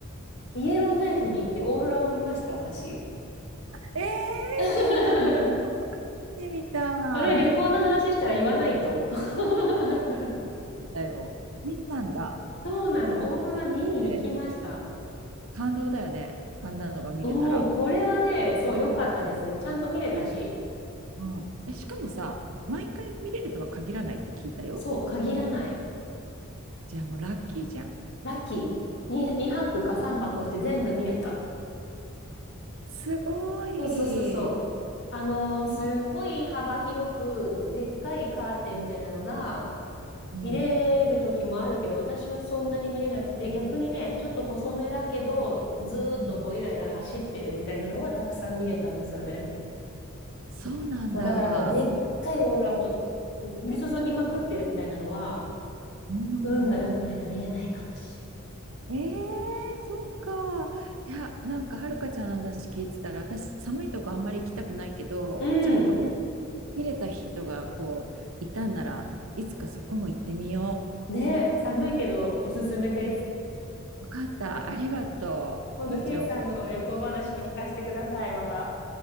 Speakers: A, on the left (about 55°); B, on the right (about 65°).
A: ー、イエローナイフに行ってオーロラを見ました、私。
B: ええ
A: <laughs>
B: ー、なんか見てみたい。
A: それ旅行の話したら言わないと。<laughs>
B: だよ。見たんだ。
A: そうなの。オーロラ見に行きました。
B: で、感動だよね。あんなのが見れたら。
A: うん、これはね、そう、良かったですね。ちゃんと見れたし。
B: うん。えしかもさ、毎回見れるとは限らないって聞いたよ。
A: そう、限らない。
B: じゃあもうラッキーじゃん。
A: ラッキー。に2泊か3泊して全部見れた。
B: すごい。
A: そうそうそうそう。あのーすんごい幅広く、
B: うん。
A: でっかいカーテンみたいなのが、
B: うん。
A: 見れる時もあるけど、私はそんなに見れなくて、逆にね、ちょっと細めだけど、ずーっとこう、
B: うん
A: ゆらゆら走ってるみたいなのはたくさん見れたんですよね。
B: そうなんだ。
A: そう、だからやっぱでっかいオーロラもうん降り注ぎまくってるみたいなのは、
B: うん。
A: 運が良くないと見れないかもし
B: ええそっか。いや、なんかはるかちゃんの話聞いてたら、私寒いとこあんまり行きたくないけど、
A: れない。
B: ちゃんとお
A: うん。
B: 見れた人がこういたんならいつかそこも行ってみよ
A: ね、寒いけどおすすめです。
B: う。わかった。ありがとう。
A: 今度、
B: いい情報。
A: ケイさんの旅行話も聞かせてください、また。